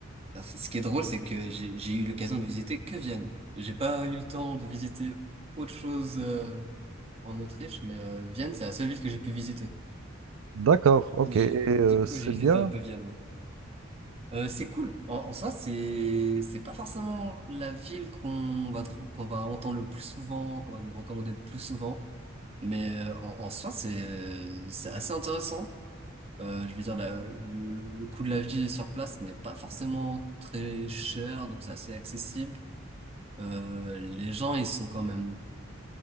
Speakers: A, on the right (about 30°); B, on the right (about 85°).
A: Alors, c- Ce qui est drôle, c'est que j'ai j'ai eu l'occasion de visiter que Vienne. J'ai pas eu le temps de visiter autre chose euh, en Autriche, mais euh, Vienne, c'est la seule ville que j'ai pu visiter.
B: D'accord, ok.
A: Mais
B: Et
A: j'ai-
B: euh,
A: du coup,
B: c'est
A: j'ai visité
B: bien.
A: un peu Vienne. ouais. Euh, c'est cool. En, en soi, c'est c'est pas forcément la ville qu'on va trou- qu'on va entendre le plus souvent, qu'on va nous recommander le plus souvent, mais euh, en, en soi, c'est c'est assez intéressant. Euh, je veux dire, la- le, le coût de la vie sur place n'est pas forcément très cher, donc c'est assez accessible. Euh, les gens, ils sont quand même,